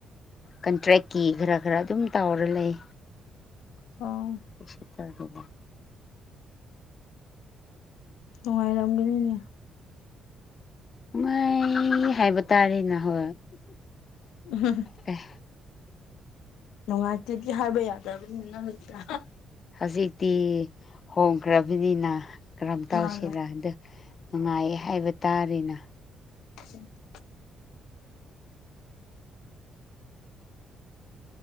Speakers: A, on the left; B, on the left.
A: ꯀꯟꯇ꯭ꯔꯦꯛꯀꯤ ꯈꯔ ꯈꯔ ꯑꯗꯨꯝ ꯇꯧꯔ ꯂꯩ
B: ꯑꯣ
A: ꯁ ꯇ ꯍꯥꯏꯅ
B: ꯅꯨꯡꯉꯥꯏꯔꯝꯒꯅꯤꯅꯦ
A: ꯥꯏ ꯍꯥꯏꯕꯇꯥꯔꯤ ꯅꯍꯣ
B: <unintelligible>
A: ꯑꯦ
B: ꯅꯨꯡꯉꯥꯏꯇꯦꯗꯤ ꯍꯥꯏꯕ ꯌꯥꯗꯕꯅꯤꯅ ꯅꯃꯤꯠꯇ ꯍ
A: ꯍꯧꯖꯤꯛꯇꯤ ꯍꯣꯡꯈ꯭ꯔꯕꯅꯤꯅ ꯀꯔꯝ ꯇꯧꯁꯤꯔ
B: ꯃꯥꯅꯦ
A: ꯗꯨ ꯅꯨꯡꯉꯥꯏꯌꯦ ꯍꯥꯏꯕ ꯇꯥꯔꯦꯅ
B: <inaudible>